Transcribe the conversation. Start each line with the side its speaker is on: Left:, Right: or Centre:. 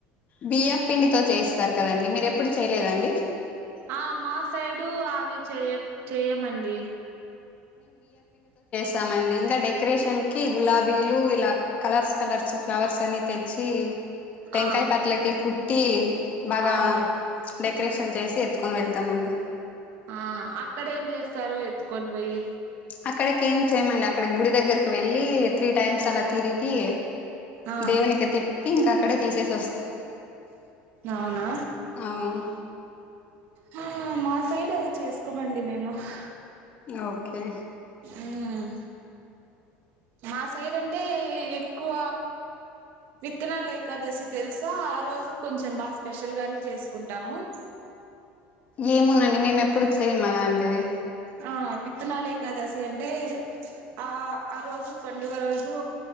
Left: బియ్య పిండితో చేస్తారు కదండి మీరు ఎప్పుడు చేయలేదండి?
Right: ఆ మా సైడు అవి చేయ చెయ్యమండి
Left: స్తామండి ఇంకా డెకరేషన్ కి గులాబీలు ఇలా కలర్స్ కలర్స్ ఫ్లవర్స్ అన్ని తెచ్చి టెంకాయ
Right: ఆ
Left: పట్లకి కుట్టి బాగా
Right: అవునులే
Left: డెకరేషన్ చేసి ఎత్తుకొని వెళ్తామండి
Right: ఆ అక్కడ ఏం చేస్తారు ఎత్తుకొని పోయి
Left: అక్కడికి ఏం చేయమండి అక్కడికి గుడి దగ్గరకి వెళ్ళి త్రీ టైమ్స్ అలా తిరిగి
Right: ఆ
Left: దేవునికి తిప్పి ఇంక అక్కడే తీసేస్
Right: అవునా
Left: అవును
Right: తినడానికి చేసుకోమండి మేము హ్
Left: ఓకే
Right: ఉమ్ మా సైడ్ అంటే ఎక్కువ విత్తనాలు ఏకాదశి తెలుసా ఆ రోజు కొంచెం బాగా స్పెషల్ గానే చేసుకుంటాము <inaudible>
Left: ఏమోనండి మేము ఎప్పుడు చేయము అలాంటివి
Right: ఆ విత్తనాలు ఏకాదశి అంటే ఆ ఆ రోజు పండుగ రోజూ